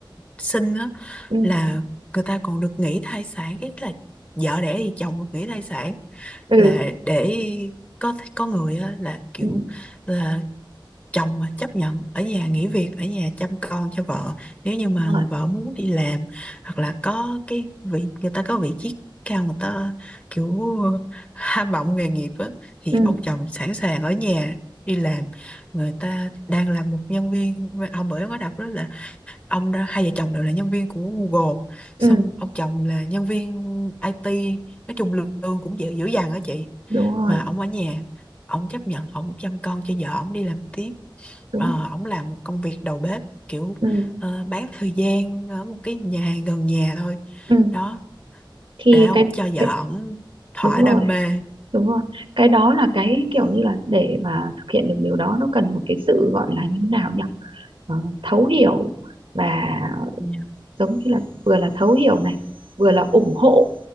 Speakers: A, on the left (about 15°); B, on the right (about 85°).
A: sinh á
B: ừ
A: là người ta còn được nghỉ thai sản ít là vợ đẻ thì chồng được nghỉ thai sản
B: ừ
A: là để có có người á, là kiểu
B: ừ
A: là chồng mà chấp nhận ở nhà nghỉ việc ở nhà chăm con cho vợ nếu như mà
B: đúng
A: người
B: rồi
A: vợ muốn đi làm hoặc là có cái vị người ta có vị trí cao người ta kiểu ham vọng nghề nghiệp á thì
B: ừ
A: ông chồng sẵn sàng ở nhà đi làm người ta đang là một nhân viên ông bởi ông có đọc đó là ông đó hai vợ chồng đều là nhân viên của Google
B: ừ
A: xong ông chồng là nhân viên IT nói chung lương cũng dữ dữ dằn á chị
B: đúng rồi
A: mà ông ở nhà ông chấp nhận ông chăm con cho vợ ông đi làm tiếp
B: đúng
A: Ờ, ông làm một công việc đầu bếp kiểu
B: ừ
A: ờ, bán thời gian ở một cái nhà hàng gần nhà thôi
B: ừ
A: đó
B: thì
A: để ông
B: cái
A: cho vợ
B: cái
A: ông thỏa
B: đúng rồi
A: đam mê
B: đúng rồi cái đó là cái kiểu như là để mà thực hiện được điều đó nó cần một cái sự gọi là như nào nhỉ ờ, thấu hiểu và
A: Dạ,
B: giống như là vừa là thấu hiểu này vừa là ủng hộ